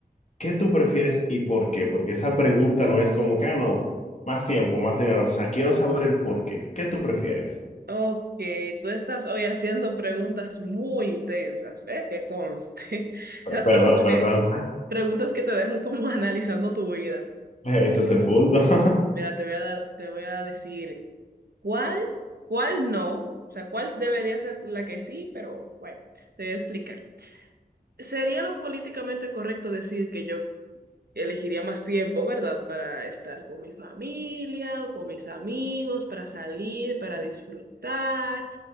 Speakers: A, on the left; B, on the right.
A: ¿Qué tú prefieres y por qué? Porque esa pregunta no es como que, ah, no, más tiempo, más dinero. O sea, quiero saber el por qué. ¿Qué tú prefieres?
B: Ok, tú estás hoy haciendo preguntas muy intensas, ¿eh? Que conste. <laughs>
A: Per-
B: Las
A: Perdón,
B: preguntas
A: perdón.
B: que,
A: <laughs>
B: preguntas que te dejan como <laughs> analizando tu vida.
A: Ese es
B: Pero,
A: el punto. <laughs>
B: mira, te voy a dar, te voy a decir cuál, cuál no, o sea, cuál debería ser la que sí, pero bueno, te voy a explicar. ¿Sería lo políticamente correcto decir que yo elegiría más tiempo, ¿verdad? Para estar con mi familia, o con mis amigos, para salir, para disfrutar,